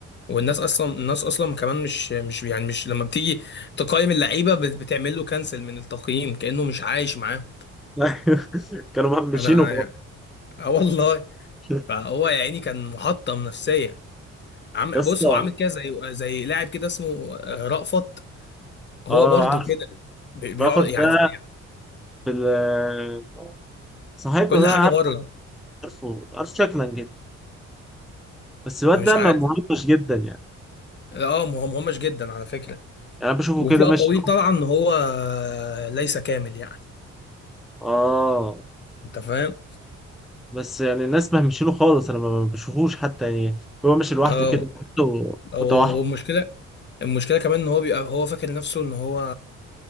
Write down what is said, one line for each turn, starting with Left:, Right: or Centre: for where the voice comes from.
Left: والناس اصلا الناس اصلا كمان مش مش يعني مش لما بتيجي تقيم اللعيبه بت- بتعمل له كنسل من التقييم كانه مش عايش معاهم
Centre: <laughs> كانوا مهمشين
Left: انا
Centre: وخلاص
Left: يعني اه والله
Centre: يا
Left: فهو يا عيني كان محطم نفسيا عم
Centre: اسطى
Left: بص هو عامل كده زي زي لاعب كده اسمه آه، رأفت هو
Centre: اه
Left: برضو
Centre: عارف
Left: كده بي- بيقعد
Centre: رافر
Left: يعني
Centre: ده
Left: في-
Centre: في ال- صاحبنا
Left: كل
Centre: ده
Left: حاجه بره
Centre: عارفه عارف شكلا جدا بس الواد
Left: أنا مش
Centre: ده
Left: عارف
Centre: م- مهمش جدا يعني
Left: اه مهم همش جدا على فكره
Centre: يعني انا بشوفه
Left: وفي
Centre: كده
Left: اقاويل
Centre: ماشي
Left: طبعا ان هو ليس كامل يعني
Centre: اه
Left: انت فاهم
Centre: بس يعني الناس مهمشينه خالص انا ما ما بشوفوش حتى يعني هو ماشي لوحده
Left: اه
Centre: كده حتى
Left: والمشكله
Centre: متوحد
Left: المشكله كمان ان هو بيبقى هو فاكر نفسه ان هو